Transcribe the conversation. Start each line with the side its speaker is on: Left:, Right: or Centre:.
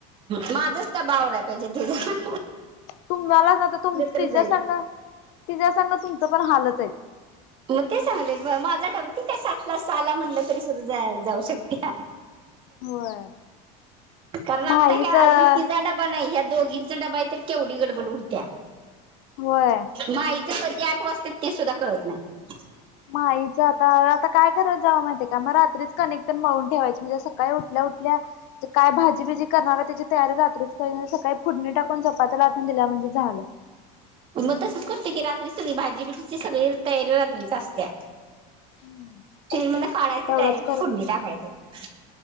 Right: माझं च डबा आवरायला पाहिजे तेच.
Left: तुम्हालाच आता
Right: तर
Left: तिच्या
Right: जाईल
Left: संग तिच्या संग तुमचं पण हालच आहे.
Right: मग ते सांगले माझा <unintelligible> आहे सहाला म्हटलं तरी सुद्धा जाऊ शकते.
Left: होय.
Right: कारण आत्ता
Left: माहीच
Right: ह्या
Left: होय
Right: अजून तिझा डबा नाही ह्या दोघींचा डबा आहे तर केवढी गडबड उडत्या.
Left: होय.
Right: माईच कधी आठ वाजतात ते सुद्धा कळतं नाही.
Left: माहीच आता आता कायं करा. जावा माहिती आहे का मग रात्रीच कणीक तेन मळून ठेवायची म्हणजे सकाळी उठल्या उठल्या काय भाजी बिजी करणार. त्याची जी तयारी रात्रीच सकाळी फुडणी टाकून चपात्या लाटून दिल्या म्हणजे झालं.
Right: मगं तसच करते की रात्रीच सगळी भाजी बिजीची सगळी तयारी रात्रीच असत्या.
Left: हम्म
Right: फ्रिजमधून काढायचं
Left: तेवढंच
Right: डायरेक्ट फोडणी टाकायचं.